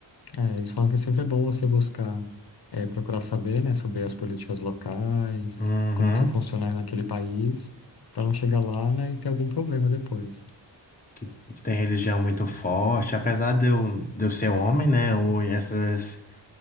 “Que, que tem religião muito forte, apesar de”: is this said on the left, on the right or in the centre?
Left